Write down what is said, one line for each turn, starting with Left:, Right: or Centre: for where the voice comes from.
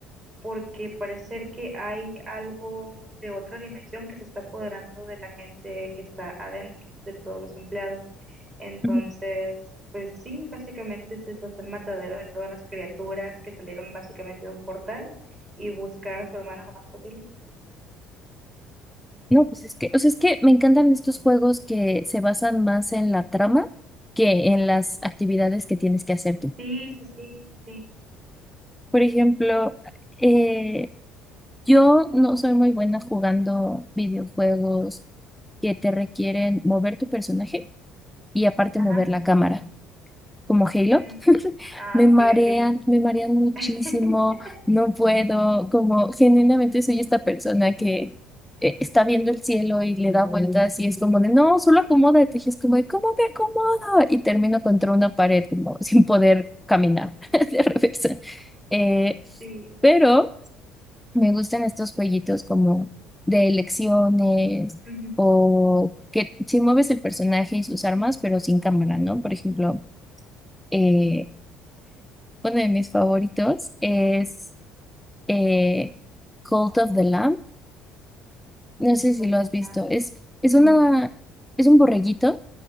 Right: porque parece que hay algo de otra dimensión que se está apoderando de la gente que está adentro, de todos los empleados. Entonces,
Centre: ujú.
Right: pues sí, básicamente es eso, hacer matadero de todas las criaturas que salieron básicamente de un portal y buscar a su hermana lo más posible.
Centre: No, pues es que, o sea, es que me encantan estos juegos que se basan más en la trama que en las actividades que tienes que hacer tú.
Right: Sí, sí, sí, sí, sí.
Centre: Por ejemplo, eh, yo no soy muy buena jugando videojuegos que te requieren mover tu personaje y aparte
Right: Ajá.
Centre: mover la cámara, como Halo.
Right: Mm, ah,
Centre: Me
Right: ok,
Centre: marean,
Right: ok.
Centre: me marean muchísimo,
Right: <laughs>
Centre: no puedo, como genuinamente soy esta persona que eh, está viendo el cielo y le da vueltas y es como de, no, solo acomódate, y es como de, ¿cómo me acomodo? Y termino contra una pared como <laughs> sin poder caminar <laughs> de revés. Eh,
Right: Sí.
Centre: pero me gustan estos jueguitos como de elecciones
Right: ujú.
Centre: o que si mueves el personaje y sus armas, pero sin cámara, ¿no? Por ejemplo eh, uno de mis favoritos es eh, Cult of the Lamb. No sé si
Right: Todo
Centre: lo has
Right: claro.
Centre: visto. Es, es
Right: No.
Centre: una, es un borreguito